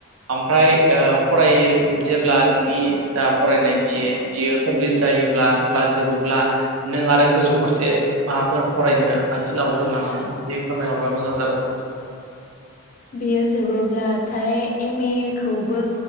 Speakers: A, on the right (about 80°); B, on the left (about 35°).
A: ओमफ्राय ओह फरायजेब्ला नोंनि जा फरायनाइ बिए बियो कमप्लित जायोब्ला बा जोबोब्ला नों आरो गोजौ फारसे माबाफोर फरायनो थांखि लाबावदोंनामा एसे फोरमायहरबा मोजां जागौमोन।
B: बेयो जोबोब्लाथाय एम ए खौबो